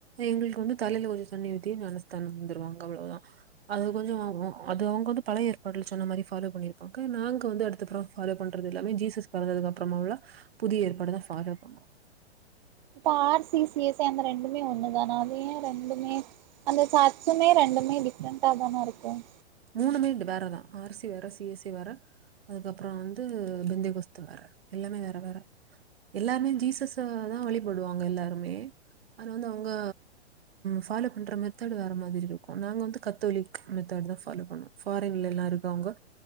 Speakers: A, on the right; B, on the right.
A: எங்களுக்கு வந்து தலையில கொஞ்சம் தண்ணி ஊத்திய ஞானஸ்தானம் வந்துருவாங்க அவ்ளவுதான் அது கொஞ்சம் அது அவங்க வந்து பழ ஏற்பாடுகள் சொன்ன மாதிரி பாலோ பண்ணிருப்பாங்க நாங்க வந்து அடுத்தறம் ஃபாலோ பண்றது எல்லாமே ஜீசஸ் பறந்ததுக்கு அப்புறமா உள்ள புதிய ஏற்பாடு தான் ஃபாலோ பண்ணுவோம்
B: இப்ப ஆர்சி சிஎஸ்சி அந்த ரெண்டுமே ஒண்ணு தானே அதன் ரெண்டுமே அந்த சர்ச்சுமே ரெண்டுமே டிஃப்ரெண்டா தானே இருக்கும்
A: மூணுமே வேறதான் ஆரிசி வேற சிஎஸ்சி வேற அதுக்கப்புறம் வந்து பிந்தேகஸ்து வேற எல்லாமே வேற வேற எல்லாருமே ஜீசஸ தான் வழிபடுவாங்க எல்லாருமே அதது வந்து அவங்க ஃபாலோ பண்ற மெத்தட் வேற மாதிரி இருக்கும் நாங்க வந்து கத்தோலிக் மெத்த்ட் தான் பால பண்ணபாரின்ல எல்லா இருக்கும் அவங்க